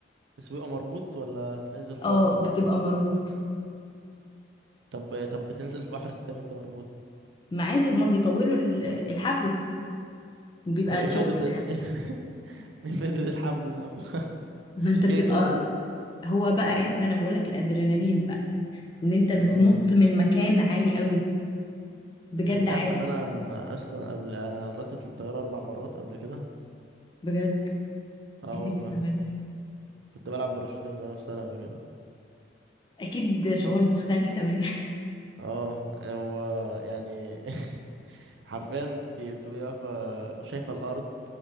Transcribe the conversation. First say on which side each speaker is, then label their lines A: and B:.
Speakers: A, on the right (about 70°); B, on the left (about 25°).
A: بس بيبقى مربوط ولا نازل حر
B: اه بتبقى مربوط
A: طب طب بتنزل البحر <laughs> ازاي ما انت مربوط
B: ما عادي هما بيطولوا ال- الحبل بيبقى
A: طب ايه
B: تشويس
A: فايدة
B: يعني
A: ال... <laughs> ايه فايدة الحبل لما <laughs>
B: ما انت بتبقى
A: كده كده هتنزل
B: هو بقى إن- انا بقول لك الادرينالين بقى ان انت بتنط
A: اه
B: من مكان عالي قوي بجد
A: طب انت
B: عالي
A: عارفه ان انا اصلا قبل انا نطت من الطيارة اربع مرات قبل كده
B: بجد
A: اه
B: كان
A: والله
B: نفسي اعمله
A: كنت بلعب باراشوتنج وانا في ثانوي كده
B: اكيد شعور مختلف تماما
A: اه هو يعني <laughs> حرفيا انت بتبقي واقفة شايفة الأرض